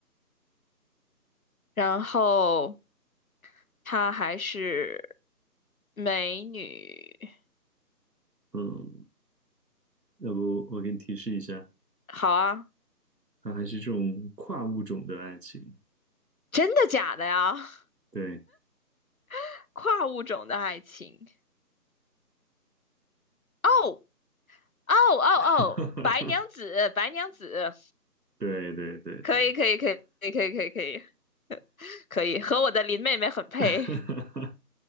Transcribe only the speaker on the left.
然后她还是美女。
好啊，
真的假的呀？
<laughs> 跨物种的爱情。哦。哦哦哦，
白娘子，白娘子，
可以可以可以可以可以可以可以可以，和我的林妹妹很配。